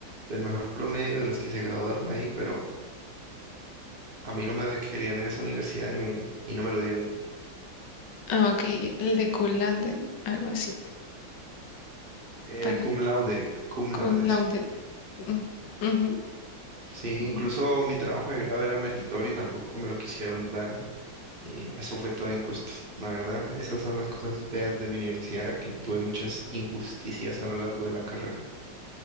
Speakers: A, on the right (about 55°); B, on the left (about 75°).
A: del mejor promedio de los que se graduaron ahí, pero a mí no me querían en esa universidad y me y no me lo dieron.
B: ah, ok, el de Kulandel, algo así,
A: Eh,
B: para
A: cum laude, cum
B: con
A: laude,
B: la
A: sí.
B: unde. mm, ujú,
A: Sí,
B: mm,
A: incluso mi trabajo de grado era meritorio y tampoco me lo quisieron dar. Y eso fue todo injusto. La verdad, esas son las cosas feas de mi universidad, que tuve muchas injusticias a lo largo de la carrera.